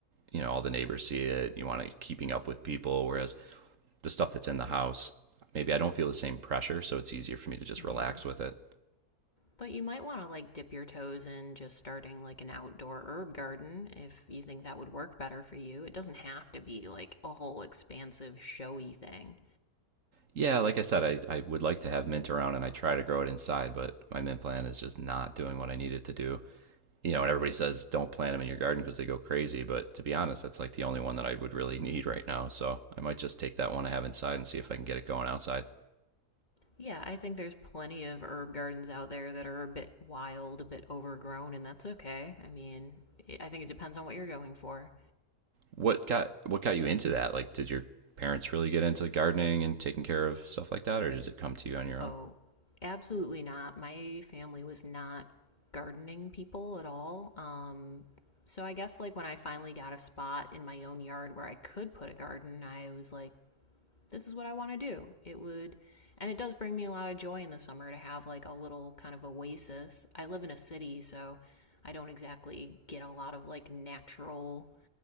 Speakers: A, on the right; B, on the left.
A: you know, all the neighbors see it. You want to keeping up with people. Whereas the stuff that's in the house, maybe I don't feel the same pressure, so it's easier for me to just
B: Mm.
A: relax with it.
B: But you might want to like dip your toes in just starting like an outdoor herb garden if you think that would work better for you. It doesn't have to be like a whole expansive, showy thing.
A: Yeah, like I said, I, I would like to have mint around and I try to grow it inside, but my mint plant is just not doing what I need it to do. You know, and everybody says don't plant them in your garden because they go crazy, but to be honest, that's like the only one that I would really <laughs> need right now. So I might just take that one I have inside and see if I can get it going outside.
B: Yeah, I think there's plenty of herb gardens out there that are a bit wild, a bit overgrown, and that's okay. I mean, I think it depends on what you're going for.
A: What got what got you into that? Like, did your parents really get into gardening and taking care of stuff like that, or did it come to you on your
B: Oh,
A: own?
B: absolutely not. My family was not gardening people at all. Um, so I guess like when I finally got a spot in my own yard where I could put a garden, I was like, this is what I want to do. It would, and it does bring me a lot of joy in the summer to have like a little kind of oasis. I live in a city, so I don't exactly get a lot of like natural